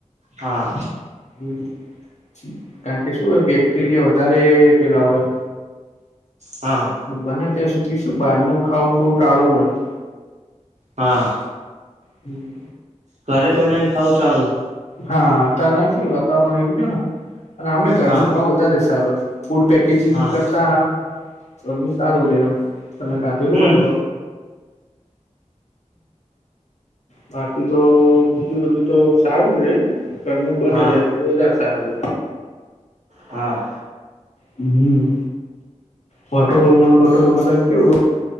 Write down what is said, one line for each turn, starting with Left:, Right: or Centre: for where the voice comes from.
Right: હા
Left: હમ <inaudible> કારણ કે શું હોય બેક્ટેરિયા વધારે પેલા હોય એમ
Right: હા.
Left: બને ત્યાં સુધી શું બહાર નું ખાવું બહુ ટાળવું હોય.
Right: હા.
Left: હમ.
Right: ઘરે બનાવીને ખાવુ સારું.
Left: હા અત્યારે શું વાતાવરણ આવું છે ને. અને અમે ઘરનું
Right: હા
Left: ખાવું વધારે સારું ફૂડ પેકેજીગ
Right: હા
Left: કરતા તો સારું રે એમ તમે ખાધેલું
Right: હમ
Left: હોયને તો. બાકી તો બીજું બધું તો સારું છે રે? ઘરનું બને
Right: હા
Left: ત્યા સુધી વધારે સારું છે.
Right: હા.
Left: હમ બોટલો મા ને બોટોલોમાં ક કેવું હો